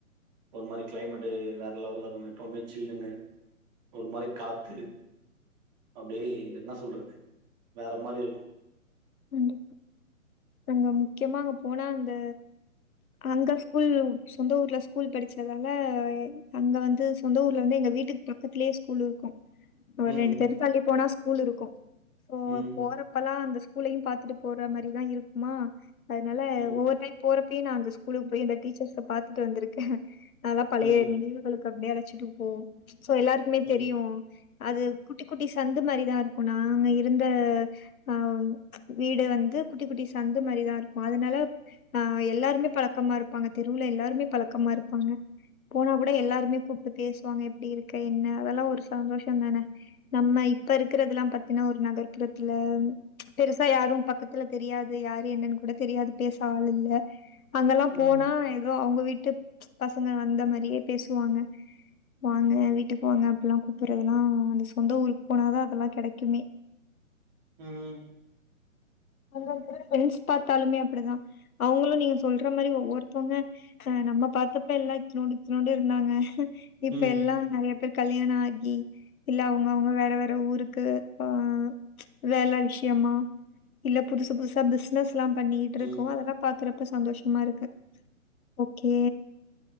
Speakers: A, on the right; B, on the left.
A: ஒரு மாரி கிளைமட்டு வேற லெவல்ல இருக்கு எப்பவுமே சில்லுனு ஒரு மாரி காத்து அப்டியே என்ன சொல்றது வேற மாரி இருக்கு
B: இந்த அங்க முக்கியமா அங்க போனா அந்த அங்க ஸ்கூல் சொந்த ஊர்ல ஸ்கூல் படிச்சதால அங்க வந்து சொந்த ஊர்ல வந்து எங்க வீட்டுக்கு பக்கத்துலியே ஸ்கூல் இருக்கு ஒரு
A: ம்.
B: ரெண்டு தெரு தள்ளி போனா ஸ் கூலுருக்கு சோ
A: ம்.
B: போறப்பல்லா அந்த கூலயு பாத்துட்டு போற மாரிதா இருக் மா அதனால
A: ம்.
B: ஒவ்வொரு டைம் போற அப்பி நாந்த ஸ்கூலுக்கு போய் இந்த டீச்சர்ஸ பாத்துட்டு வந்துருக்கே அதா பழைய
A: ம்.
B: நினைவுகளுக்கு அப்பிடியே அழ ச்சிடு ஓ சோ எல்லாருக்குமே
A: ம்.
B: தெரியு அது குட்டி குட்டி சந்து மாரிதா இருக்கு நாங்க இருந்த ஆ வீடு வந்து குட்டி குட்டி ச சந்து மாரிதா இருக்கு அதனால ஆ எல்லாருமே பழக்கமா இருப்பாங்க தெருவுல எல்லாருமே பழக்கமா இருப்பாங்க போனா கூட எல்லாருமே கூப்ட்டு பேசுவாங்க எப்பிடி இருக்க என்ன அதெல்லாம ஒரு சந்தோஷோ தான நம்ம இப்ப இருக்கிறதுல்லா பாத்தீன்னா ஒரு நகர்புறத்துல பெருசா யாரு பக்கத்துல தெரியாது இது யாரு என்னன்னு கூட தெரியாது பேச ஆள் இல்ல அங்கெல்லா
A: ம்.
B: போனா இது ப்புரோ அவங்க வீட்டு பசங்க வந்த மாரியே பேசுவாங்க வாங்க வீட்டுக்கு வாங்க அப்பில்லா கூப்புறதெல்லா அந்த சொந்த ஊருக் போனாதா அதெல்லா கெடைக்குமே
A: ம்
B: அங்கருக்குர ஃபிரண்ட்ஸ் பாத்தாலுமே அப்பிடிதா அவங்களு நீங்க சொல்ற மாரி ஒவ்வொருத்தவங்க ஆ நம்ம பாத்தப்பல்லா இத்தனோண்டு இத்தனோண்டு இருந்தாங்க இப்ப
A: ம்.
B: எல்லா நெறைய பேர் கல்யாண ஆகி இல்ல அவங்க அவங்க வேற வேற ட்ட ஊருக்கு ஆ வேல விஷயமா இல்ல புதுசுபுதுசா பிஷ்னஸ் ல்லா பண்ணிட்டு இருக்கு
A: ம்.
B: அதெல்லா பாக்குற ட்ற சந்தோஷமா இருக்கு ஓகே